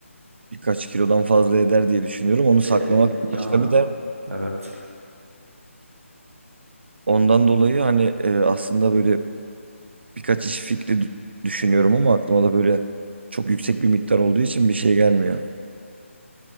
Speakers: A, on the right; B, on the right.
A: Birkaç kilodan fazla eder diye düşünüyorum. Onu saklamak
B: E, e, yani
A: başka bir dert.
B: evet.
A: Ondan dolayı hani e, aslında böyle birkaç iş fikri dü- düşünüyorum ama aklıma da böyle çok yüksek bir miktar olduğu için bir şey gelmiyor.